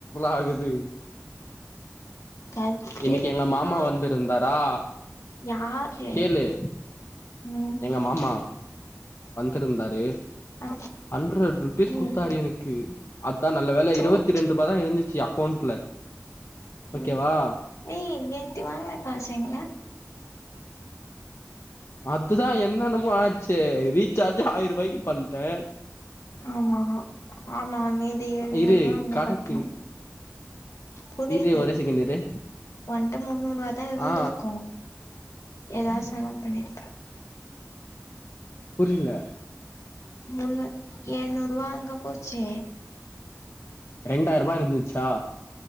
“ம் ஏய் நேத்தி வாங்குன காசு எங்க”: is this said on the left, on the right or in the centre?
Left